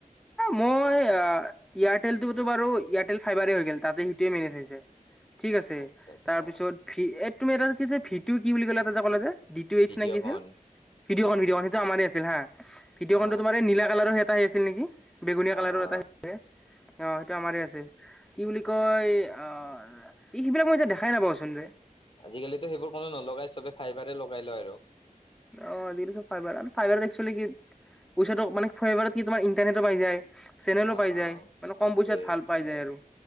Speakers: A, in the centre; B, on the left.
A: মই এয়াৰটেলটোতো বাৰু এয়াৰটেল ফাইবাৰে হৈ গ'ল তাতে সিটোৱে মেনেজ হৈছে ঠিক আছে
B: আচ্ছা আচ্ছা
A: তাৰপিছত ভি তুমি এটা কি যে ভিটো কি বুলি ক'লে এটা যে ক'লে যে ডি ট এইচ
B: ভিডিঅ'
A: নে কি আছিল
B: কন
A: ভিঅ'খন ভিডিঅখন সেইটো আমাৰ আছিল হা ভিডিঅ'ন
B: অ
A: তোম এই নীল কালাৰৰ এটা আহি আছিল নেকি বেগুনীয়া
B: অ
A: কালাৰো
B: অ
A: এটা আহ আছে অ সেইটো আমাৰ আছে কি বুলি কয় আহ এই সেইবিলাক মই এতিয়া দেখাই নাপাওচোন যে
B: আজিকালিতো সেইবোৰ কোনো নলগাই চবে ফাইবাৰে লগাই লয় আৰু
A: অছ ফাইবাৰ আৰু ফাইবাৰ একশ্যলি কি পইচাটো মানে ফাইৱাৰত কি তোমাৰ ইণ্টাৰনেটো পাই যায় চেনেলো
B: অ
A: পাই
B: অ
A: যায় মানে
B: সেইটোয়ে
A: কম পইচাত ভাল পাই যায় আৰু-